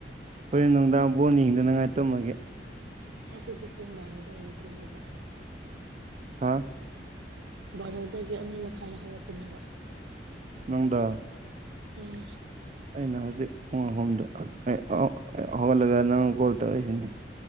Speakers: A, on the right; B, on the right.
A: ꯍꯣꯔꯦꯟ ꯅꯨꯡꯗꯥꯡ ꯕꯣꯜ ꯌꯦꯡꯗꯅꯉꯥꯏ ꯇꯨꯝꯃꯒꯦ
B: ꯑꯗꯨꯁꯨ ꯄꯨꯡ ꯕꯥꯔꯣ ꯑꯗꯥꯏꯗ ꯇꯨꯝꯃꯦꯕ
A: ꯍꯥ
B: ꯕꯥꯔꯣꯗꯒꯤ ꯑꯅꯤ ꯃꯈꯥꯏꯗ ꯍꯧꯒꯠꯄꯅꯦꯕ
A: ꯅꯪꯗꯣ
B: ꯎꯝ
A: ꯑꯩꯅ ꯍꯧꯖꯤꯛ ꯄꯨꯡ ꯑꯍꯨꯝꯗ <unintelligible> ꯍꯧꯒꯠꯂꯒ ꯅꯪ ꯀꯣꯜ ꯇꯧꯔꯛꯏꯁꯤꯅꯤ